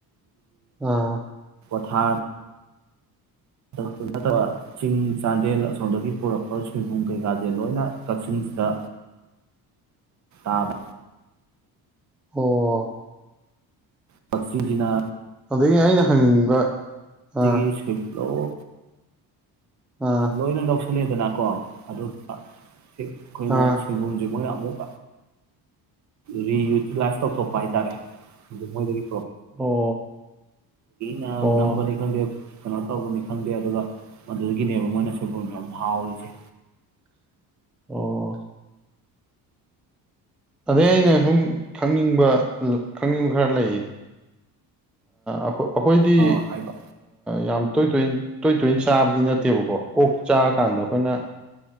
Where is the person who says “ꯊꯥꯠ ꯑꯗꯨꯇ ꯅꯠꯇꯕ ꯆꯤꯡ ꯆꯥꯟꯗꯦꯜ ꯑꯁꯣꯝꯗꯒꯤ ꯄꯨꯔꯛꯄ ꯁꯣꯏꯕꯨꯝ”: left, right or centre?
Right